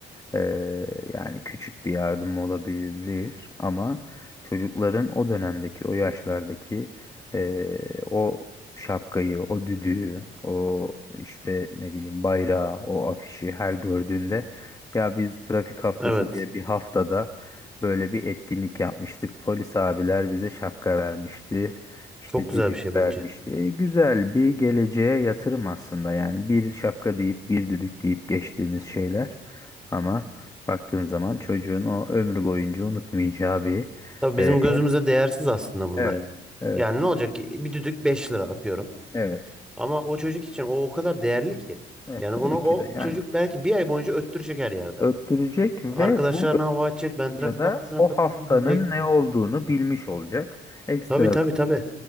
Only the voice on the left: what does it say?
eee, yani küçük bir yardım olabilir ama çocukların o dönemdeki, o yaşlardaki eee, o şapkayı, o düdüğü, o işte ne bileyim bayrağı, o afişi her gördüğünde ya biz trafik haftası
diye bir haftada böyle bir etkinlik yapmıştık. Polis abiler bize şapka vermişti. İşte
düdük
vermişti. Güzel bir geleceğe yatırım aslında. Yani bir şapka deyip bir düdük deyip geçtiğimiz şeyler. Ama baktığın zaman çocuğun o ömrü boyunca unutmayacağı bir
e,
hem-
evet evet
evet
evet
tabii
ki de yani
öttürecek ve
bu
öttürünce
de
o
haftanın
ne olduğunu bilmiş olacak. Ekstra